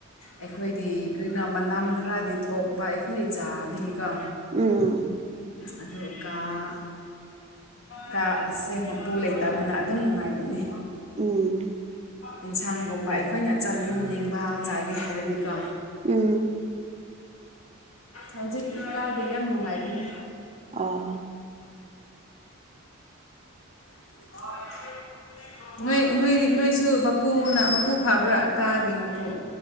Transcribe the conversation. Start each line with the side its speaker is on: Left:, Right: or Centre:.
Left: ꯑꯩꯈꯣꯏꯗꯤ ꯀꯔꯤꯅꯝ ꯃꯅꯝ ꯈꯔꯗꯤ ꯊꯣꯛꯄ ꯑꯩꯈꯣꯏ ꯆꯥꯕꯒꯤꯀꯦ
Right: ꯎꯝ
Left: ꯑꯗꯨꯀꯥ ꯑꯃꯥ ꯀꯥ ꯑꯁꯦ ꯃꯄꯨ ꯂꯩꯇꯕꯅ ꯑꯗꯨꯝ ꯅꯨꯡꯉꯥꯏꯕꯅꯦ
Right: ꯎꯝ
Left: ꯌꯦꯟꯁꯥꯡꯒꯨꯝꯕ ꯑꯩꯈꯣꯏꯅ ꯆꯥꯅꯤꯡꯅꯤꯡꯕ ꯆꯥꯒꯦ ꯍꯥꯏꯔꯗꯤꯀꯣ
Right: ꯎꯝ
Left: ꯍꯧꯖꯤꯛꯀꯤ ꯀꯥꯗꯤ ꯌꯥꯝ ꯅꯨꯡꯉꯥꯏꯕꯅꯤ
Right: ꯑꯣ
Left: ꯑ <inaudible> <unintelligible> ꯅꯣꯏ ꯅꯣꯏ ꯅꯣꯏꯁꯨ ꯕꯄꯨꯅ ꯃꯄꯨ ꯐꯕ꯭ꯔꯥ ꯀꯥꯒꯤ ꯃꯄꯨ